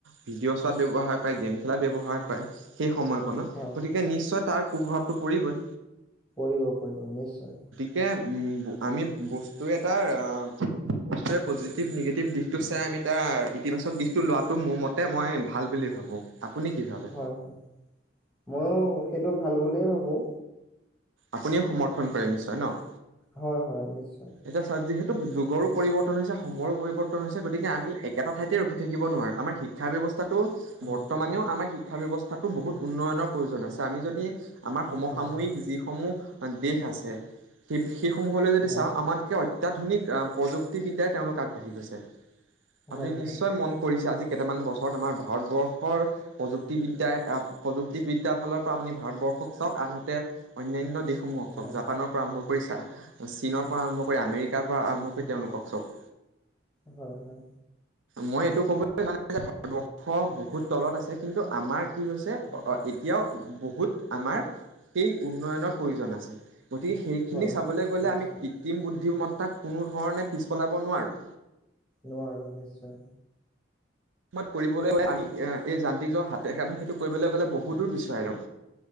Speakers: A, on the right (about 85°); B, in the centre.
A: ভিডিঅ' চোৱাত ব্যৱহাৰ কৰে গেম খেলাত ব্যৱহাৰ কৰে সেই সময়কণত,
B: হয়,
A: গতিকে নিশ্চয় তাৰ কুপ্ৰভাৱটো পৰিবই।
B: পঢ়িব পঢ়িব নিশ্চয়।
A: <unintelligible> আমি বস্তু এটা প্ৰতিটো বস্তুৰে পজিটিভ, নিগেটিভ দিশটো চাই আমি তাৰ ইতিবাচক দিশটো লোৱাটো মোৰ মতে মই ভাল বুলি ভাবোঁ। আপুনি কি ভাবে?
B: হয়, হয়, ময়ো সেইটো ভাল বুলিয়েই ভাবোঁ।
A: আপুনিও সমৰ্থন কৰে নিশ্চয় ন'?
B: হয়, হয়, নিশ্চয়।
A: এতিয়া চাওক যিহেতু যুগৰো পৰিৱৰ্তন হৈছে সময়ৰো পৰিৱৰ্তন হৈছে। গতিকে আমি একেটা ঠাইতে ৰখি থাকিব নোৱাৰে আমাৰ শিক্ষা ব্যৱস্থাটো
B: হয়,
A: বৰ্তমানেও আমাৰ শিক্ষা ব্যৱস্থাতটো বহুত উন্নয়নৰ প্ৰয়োজন আছে। আমি যদি আমাৰ সমসাময়িক
B: হয় হয়।
A: যিসমূহ দেশ আছে সেই সেই সমূহলৈ যদি
B: হয়।
A: চাওঁ। আমাতকৈ অত্যাধুনিক প্ৰযুক্তিবিদ্যাই তেওঁলোক আগবাঢ়ি গৈছে। আপুনি
B: হয়
A: নিশ্চয়
B: হয়,
A: মন কৰিছে আজি কেইটামান বছৰত আমাৰ ভাৰতবৰ্ষ বৰ প্ৰযুক্তিবিদ্যা প্ৰযুক্তিবিদ্যাৰ ফালৰ পৰা আপুনি ভাৰতবৰ্ষক চাওক আনহাতে অন্যান্য দেশসমূহক
B: হয়,
A: জাপানৰ পৰা আৰম্ভ কৰি চীনৰ পৰা আৰম্ভ কৰি আমেৰিকাৰ পৰা আৰম্ভ কৰি তেওঁলোকক চাওক।
B: হয়, হয়।
A: মই এইটো ক'বলৈ জানো যে ভাৰতবৰ্ষ বহুত তলত আছে কিন্তু আমাৰ কি হৈছে।
B: হয়
A: এতিয়াও বহুত আমাৰ সেই উন্নয়নৰ প্ৰয়োজন আছে। গতিকে সেইখিনি
B: হয়,
A: চাবলৈ
B: হয়
A: গ'লে
B: নিশ্চয়।
A: আমি কৃত্ৰিম বুদ্ধিমত্তাক কোনো ধৰণে পিছ পেলাব নোৱাৰোঁ।
B: নোৱাৰো নিশ্চয়।
A: কৰিবলৈ গলে আমি এই যান্ত্ৰিকজ হাতে আমি সেইটো কৰিবলৈ গ'লে বহুত দূৰ পিছোৱাই যাম।